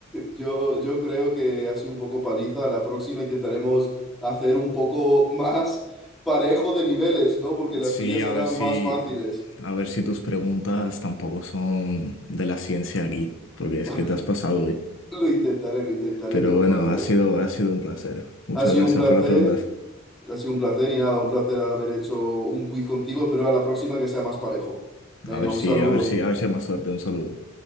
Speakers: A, in the centre; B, on the left.
A: yo, yo creo que ha sido un poco paliza. La próxima intentaremos hacer un poco más parejo de niveles, ¿no? Porque las
B: Sí,
A: tuyas
B: a
A: eran
B: ver si,
A: más fáciles.
B: a ver si tus preguntas tampoco son de la ciencia aquí,
A: <laughs>
B: porque es
A: Vale,
B: que te has pasado hoy.
A: Lo intentaré, lo intentaré,
B: Pero
A: te lo
B: bueno,
A: prometo.
B: ha sido, ha sido un placer. Muchas
A: Ha sido
B: gracias
A: un placer,
B: por las preguntas.
A: ha sido un placer y nada, un placer haber hecho un quiz contigo. Espero a la próxima que sea más parejo. Venga,
B: A ver
A: un saludo.
B: si, a ver si, a ver si hay más suerte. Un saludo.